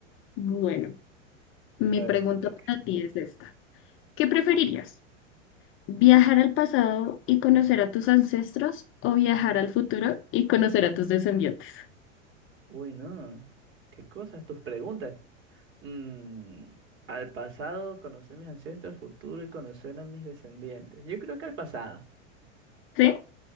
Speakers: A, on the left (about 30°); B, on the right (about 30°).
A: Bueno. Mi
B: A
A: pregunta
B: ver, te toca.
A: para ti es esta. ¿Qué preferirías? ¿Viajar al pasado y conocer a tus ancestros o viajar al futuro y conocer a tus descendientes?
B: Uy, no. ¿Qué cosas? Tus preguntas. Mm, al pasado, conocer mis ancestros, futuro y conocer a mis descendientes. Yo creo que al pasado.
A: ¿Sí?